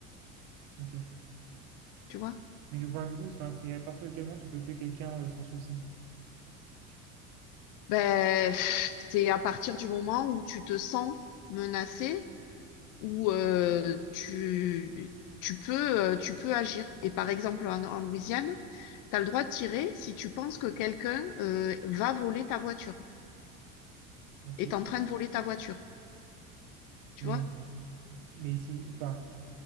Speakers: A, on the right (about 60°); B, on the left (about 50°).
A: Ok.
B: tu vois?
A: Mais enfin, du coup, enfin, c'est à partir de quel moment tu peux tuer quelqu'un euh, sans souci. Je-
B: Ben, pff, c'est à partir du moment où tu te sens menacé, où euh, tu, tu peux, euh, tu peux agir. Et par exemple, en, en Louisiane, t'as le droit de tirer si tu penses que quelqu'un euh, va voler ta voiture.
A: Ok.
B: est en train de voler ta voiture. Tu
A: Mais,
B: vois?
A: euh, mais si, enfin,